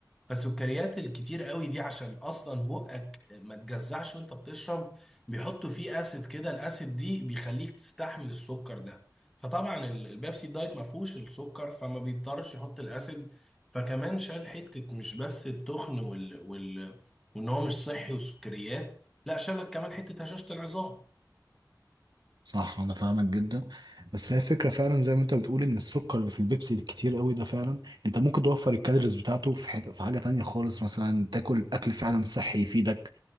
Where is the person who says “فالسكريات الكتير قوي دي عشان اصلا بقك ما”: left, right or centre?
Centre